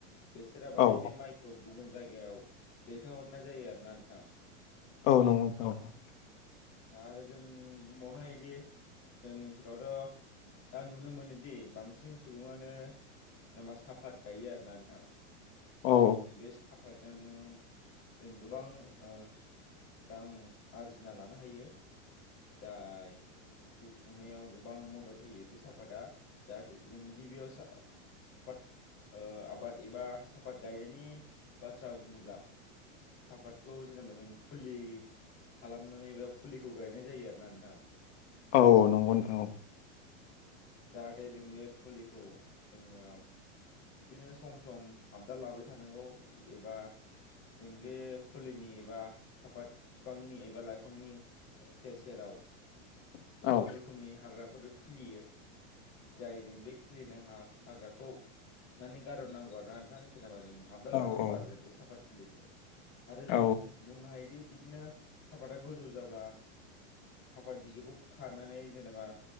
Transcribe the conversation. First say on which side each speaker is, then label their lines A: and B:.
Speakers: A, on the left; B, on the left.
A: बेसोरा माने
B: औ
A: बे माइखौ गुबुन जायगायाव दैथाय हरनाय जायो आरो ना नोंथां।
B: औ नंगौ नोंथां।
A: दा आरो जों बुंबावनो हायोदि जोंनि ओनसोलावथ'। दा नुनो मोनोदि बांसिन सुबुङानो। जेन'बा साफात गायो आरोना नोंथां ।जाय
B: औ
A: जों बे साफात जों जों गोबां ओ रां। आरजिना लानो हायो। जाय जोंनि जिउ खुंनायाव गोबां मदद होयो बे साफादा दा दि जों गि गिबियाव सा फात ओ आबाद एबा साफात गायनायनि बाथ्रा बुङोब्ला सापातखौ जेनेबा जों फुलि खालामनानै एबा फुलिखौ गायनाय जायो आर ना नोंथां।
B: औ औ नंगौ नोंथां।
A: जाहाथे जों बे फुलिखौ जोङो। बिदिनो सम सम आबदार लाबाय थानांगौ एबा जों बे फुलिनि एबा साफात बिफांनि एबा लाइफांनि सेर सेराव
B: औ
A: गोबां रोखोमनि हाग्रा फोर खिलियो जाय जों बे खिलिनाय ह हा हाग्राखौ फुनानै गारहरनांगौ आर ना नोंथां जेनेबा जों आबदाद लानांगौ
B: औ औ
A: आरो बे साफात <unintelligible> आरो
B: औ
A: जों बुंनो हायोदि बिदिनो सापातआ गोजौ जाब्ला जों साफात बिजौखौ खारनानै जेनेबा